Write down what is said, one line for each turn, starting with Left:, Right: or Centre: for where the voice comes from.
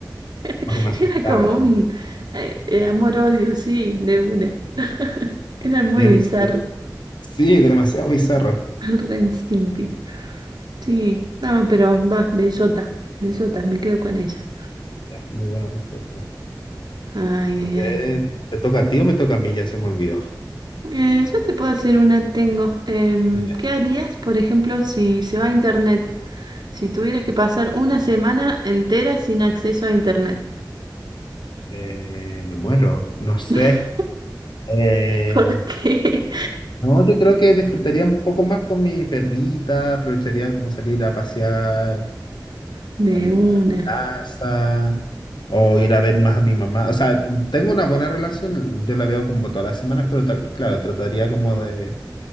Right: <laughs>
Left: como que me asustaba
Right: Era como
Left: también.
Right: un eh, eh, amor-odio, sí, de una. Era muy
Left: Bien,
Right: bizarro.
Left: sí. Sí, demasiado bizarra.
Right: <laughs> Ren Stimpy. Sí, no, pero va, bellota, bellota, me quedo con ella.
Left: Ya, muy buena respuesta.
Right: Ay,
Left: A
Right: ay,
Left: ver,
Right: ay.
Left: ¿te toca a ti o me toca a mí? Ya se me olvidó.
Right: Eh, yo te puedo hacer una, tengo. Em,
Left: Dime.
Right: ¿qué harías, por ejemplo, si se va a internet? Si tuvieras que pasar una semana entera sin acceso a internet.
Left: Eh, me muero, no sé.
Right: <laughs>
Left: Eh,
Right: ¿Por qué?
Left: no, yo creo que disfrutaría un poco más con mi perrita, aprovecharía como salir a pasear.
Right: De
Left: a la
Right: una,
Left: plaza o ir a ver más a mi mamá. O sea, tengo una buena relación, yo la veo como todas las semanas, pero tal- claro, trataría como de,